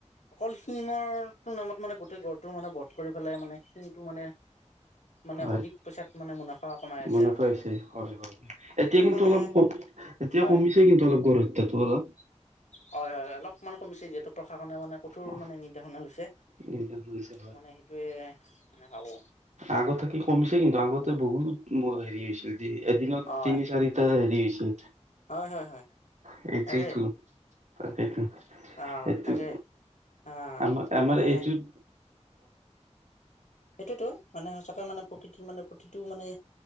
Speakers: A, on the left; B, on the right.
A: অকল শিঙৰ তটো নামত মানে গোটেই গড় গড়টো মানে বধ কৰি পেলাই, মানে শিঙটো মানে মানে
B: হয়
A: অধিক পইচাত মানে মুনাফা কমাই আছে
B: মনত
A: আৰু
B: পৰিছে
A: আজিকালি
B: হয় হয়
A: সেইটো
B: এতিয়া কিন্তু
A: মানে
B: এতিয়া
A: হয়
B: কমিছে কিন্তু অলপ গড়ঁ হত্যাটো অলপ।
A: হয় হয় অলপমান কমিছে যিহেতু প্ৰশাসনে মানে কঠোৰ
B: অ,
A: মানে নিৰ্দেশনা লৈছে
B: নিৰ্দেশ দিছে,
A: ত মানে সেইটোয়ে মানে ভাবো।
B: আগত থাকি কমিছে কিন্তু আগতে বহুত হেৰি হৈছিল। দিনত
A: হয়
B: তিনি, চাৰিটা হেৰি হৈছিল।
A: হয় হয় হয়।
B: সেইটোৱেতো
A: তাকে
B: তাকেইটো।
A: অ
B: এইটো
A: তাকে অ
B: আমাৰ আমাৰ
A: মানে
B: এইটো
A: সেইটোতো মানে সঁচাকে মানে প্ৰকৃতিৰ মানে প্ৰতিটো মানে